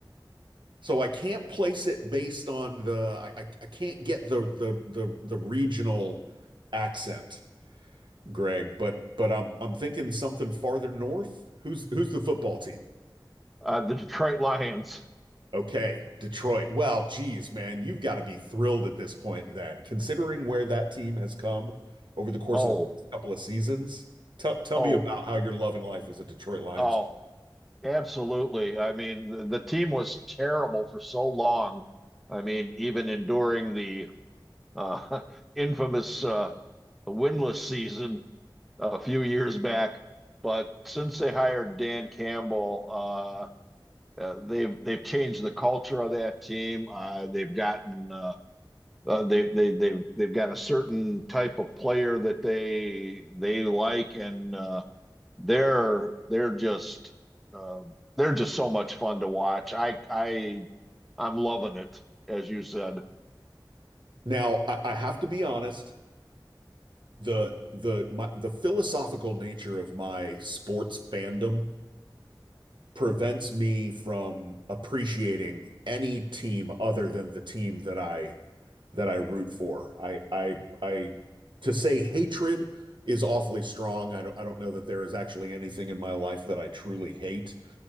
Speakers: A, on the right; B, in the centre.
A: So I can't place it based on the I I, I can't get the the the the regional accent, Greg, but but I'm I'm thinking something farther north. Who's who's the football team?
B: Uh, the Detroit Lions.
A: Okay, Detroit. Well, geez, man, you've got to be thrilled at this point then, considering where that team has come over the course
B: Oh,
A: of the last couple of seasons. Tell tell
B: oh,
A: me about how you're loving life as a Detroit Lions.
B: oh,
A: fan.
B: absolutely. I mean, the, the team was terrible for so long. I mean, even enduring the uh, <laughs> infamous uh, winless season a few years back. But since they hired Dan Campbell, uh, uh, they've they've changed the culture of that team. Uh, they've gotten uh, uh, they they they they've got a certain type of player that they they like, and uh, they're they're just uh, they're just so much fun to watch. I I I'm loving it, as you said.
A: Now, I, I have to be honest, the the my, the philosophical nature of my sports fandom prevents me from appreciating any team other than the team that I that I root for. I I I to say hatred is awfully strong. I don't I don't know that there is actually anything in my life that I truly hate.